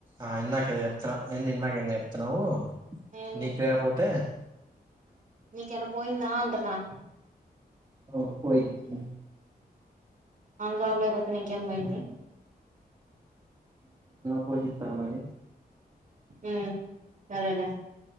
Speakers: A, on the right; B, on the right.
A: ఆ ఎకదు ఎ ఎ ఇన్నాకంది న్నావ్వు
B: నేనేం
A: నీకు లేయకపోతే
B: నక పోయిందాంటనా
A: ఆ పోయింద్దీ
B: ఆందుాబలోయిపోతే ఇంకేం పోయింది
A: పోయి చెతారు మ
B: హ్మ్ సరే లే